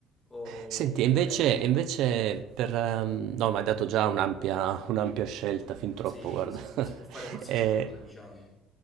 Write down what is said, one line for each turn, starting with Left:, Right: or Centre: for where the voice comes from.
Left: Oppure...
Right: senti, e invece, e invece per... ehm, no, mi hai dato già un'ampia un'ampia scelta, fin troppo,
Left: Sì,
Right: guarda.
Left: sì,
Right: <laughs>
Left: sì, si può fare qualsiasi
Right: Eh,
Left: cosa, diciamo.